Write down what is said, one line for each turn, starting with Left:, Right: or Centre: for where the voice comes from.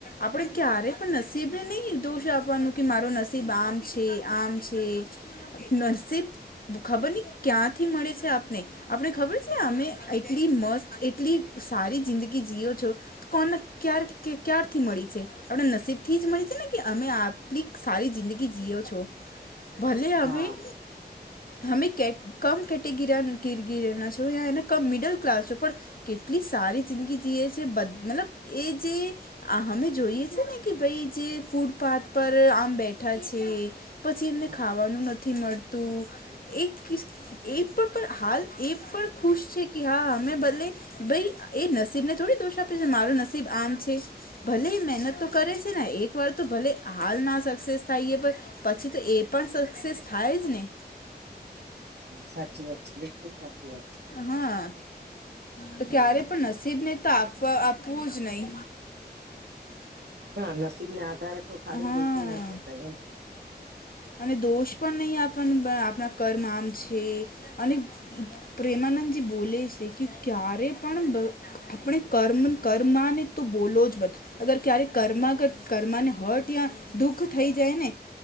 Left: આપણે ક્યારે પણ નસીબને નહીં દોષ આપવાનું કે મારો નસીબ આમ છે, આમ છે, નરસીબ ખબર નહી ક્યાંથી મળે છે, આપને આપડ ખબર છે એ એટલી મસ્ત એટલી સારી જિંદગી જીયો છો કોન ક્યારે ક્યારથી મળી આપણા નસીબથી જ મળી છે ને કે અમે આલી સારી જિંદગી જીઓ છો. ભલે અભી.
Right: હા
Left: હમે કેટ કમ કેટેગરી કીરગીરના છો મિડલ ક્લાસ છો પણ કેટલી સારી જિંદગી જીએ છે બધ મતલબ એ જે આ હમે જોઈએ છે ને કે ભાઈ જે ફૂટપાથ પર આમ બેઠા છે, પછી એમને
Right: હા
Left: ખાવાનું નથી, થી મળતું એ કી એ તો પણ હાલ એ પણ ખુશ છે. હા મે ભલે ભાઈ એ નસીબ ને થોડી દોષ આપે છે, મારું નસીબ આમ છે, ભલે એ મહેનત તો કરે છે, એક વાર ભલે હાલ ના સક્સેસ થાય પણ પછી તો એ પણ સક્સેસ થાય જ ને
Right: સાચી વાત છે બિલકુલ સાચી વાત છે.
Left: હા તો
Right: હમ
Left: ક્યારે પણ નસીબ ને તો આપ આપવું જ નહી.
Right: હા નસીબને આધારે તો ખાલી
Left: હા
Right: બેસી ના શકાય એમ.
Left: અને દોષ પણ નહીં આપવાનું ભાઈ આપણા કર્મ આમ છે અને પ્રેમાનંદજી બોલે છે કે ક્યારે પણ આપણે કર્મ કર્માને તો બોલો જ બત અગર ક્યારે કર્મા કર્માને હત યાર દુઃખ થઈ જાય ને